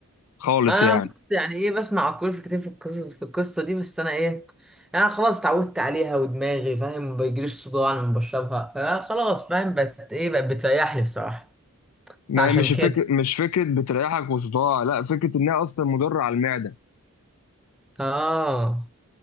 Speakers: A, on the left (about 80°); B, in the centre.
A: خالص
B: انا
A: يعني
B: بص يعني ايه بسمع كل في كتير في القصص في القصه دي بس انا ايه يعني خلاص اتعودت عليها ودماغي فاهم ما بيجيليش صداع لما بشربها فخلاص فاهم بقت ايه بقت بتريحني بصراحه
A: ما
B: فعشان
A: هي مش
B: كده
A: فكرة مش فكرة بتريحك وصداع لا فكرة إن هي أصلا مضرة على المعدة
B: اه